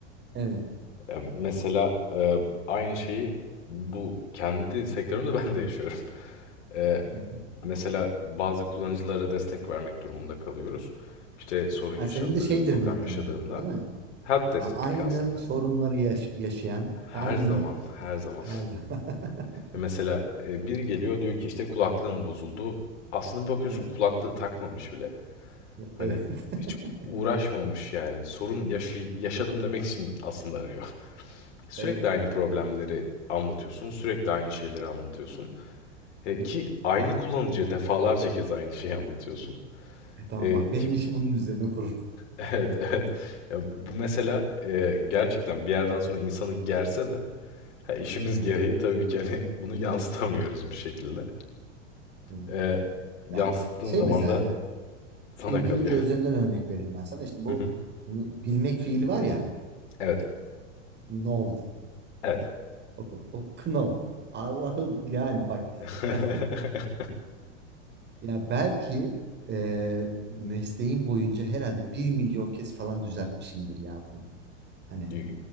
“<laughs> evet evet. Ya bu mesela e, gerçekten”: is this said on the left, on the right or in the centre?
Left